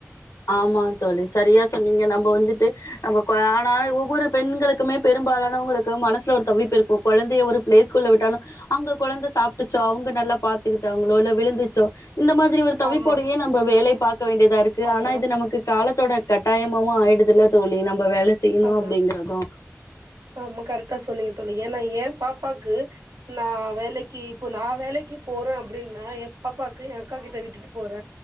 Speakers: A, on the left; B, on the right.
A: ஆமா தோழி சரியா சொன்னீங்க நம்ம வந்துட்டு நம்ம கொழ ஆனா ஒவ்வொரு பெண்களுக்குமே பெரும்பாலானவுங்களுக்கு மனசுல ஒரு தவிப்பு இருக்கு கொழந்தைய ஒரு பிளேகூல்ல விட்டாலு அங்க கொழந்த சாப் டுச்சோ அவங்க நல்லா பாத்துக்கிட்டாங்ளோ இல்ல விழுந்துச்சோ இந்த மாதிரி ஒரு தவிப்போடயே
B: ஆமா
A: நம் இப்ப வேவை பாக்க வேண்டியதா இருக்கு
B: ஆமா
A: ஆனா இது நமக்கு காலத்தோட கட்டாயமாவு ஆயிடுதுதில்ல தோழி நம்ம வேலச் செய்ணு
B: ஆமா
A: அப்டிங்கறதா
B: ஆமா கரெக்டா சொல்லீங்க தோழி ஏனா ஏ பாப்பாக்கு நா வேலைக்கி இப்போ நா வேலைக்கி போறன்னா அப்டின்னா ஏ பாப்பாக்கு ஏ அக்கா கிட்ட விட்டுட் விட்டு போற